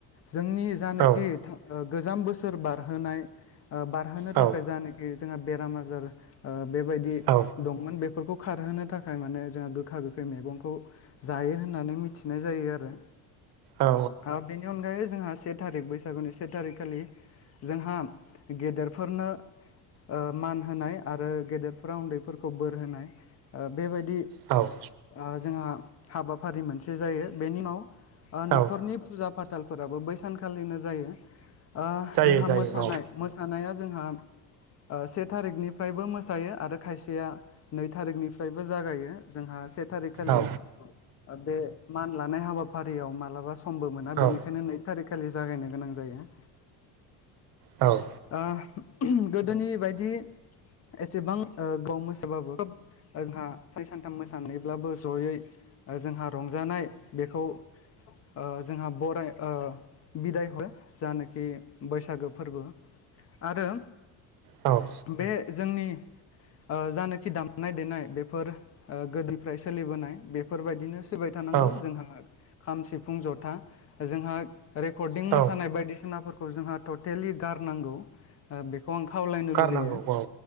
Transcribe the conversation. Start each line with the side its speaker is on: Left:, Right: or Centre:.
Left: जोंनि जानाखि
Right: औ
Left: ओ गोजाम बोसोर बारहोनाय ओ बारहोनो
Right: औ
Left: थाखाय जानाखि जोंहा बेराम आजार ओ बेबायदि
Right: औ
Left: दंमोन बे‌ फोरखौ खारहोनो थाखाय माने जोंहा गोखा-गोखै मैगंखौ जायो होननानै मि थिनाय जायो आरो।
Right: औ
Left: बेनि अनगायै जोंहा से थारिक बैसागुनि से थारिकखालि जोंहा गेदेरफोरनो ओ मान होनाय आरो गेदेरफोरा उन्दैफोरखौ बोर होनाय ओ बेबायदि
Right: औ
Left: ओ जोंहा हाबाफारि मोनसे जायो बेनि उनाव ओ नखरनि
Right: औ
Left: फुजा-फा थालफोराबो बै सानखालिनो जायो। ओ
Right: जायो
Left: जोंहा
Right: जायो
Left: मोसानाय
Right: औ
Left: मो‌ सानाया जोंहा ओ से थारिखनिफ्रायबो मोसायो आरो खायसेया नै थारिखनिफ्रायबो जागायो जोंहा से थारिख खालि
Right: औ
Left: बे मान लानाय हाबाफारियाव मालाबा समबो मोना।
Right: औ
Left: बेनिखायनो नै थारिख खालि जागायनो गोनां जायो।
Right: औ
Left: ओ गोदोनि बायदि एसेबां गोबाव मोसाबाबो खोब जोंहा साननै सानथाम मोसानायब्लाबो जयै जोंहा रंजानाय बेखौ ओ जोंहा बराय ओ बिदाय हरो‌ जानाखि बैसागो फोरबो आरो
Right: औ
Left: बे जोंनि ओ जानाखि दामनाय-देनाय बेफोर ओ गोदोनिफ्राय सो सोलिबोनाय बेफोरबायदिनो सिबाय थानांगौ
Right: औ
Left: जोंहा खाम सिफुं जथा जोंहा रेकर्डिं
Right: औ
Left: मोसानाय बायदिसिनाफोरखौ जोंहा टटेलि गारनांगौ ओ बे खौ आं खावलायनो
Right: गारनांगौ
Left: लुगैयो
Right: औ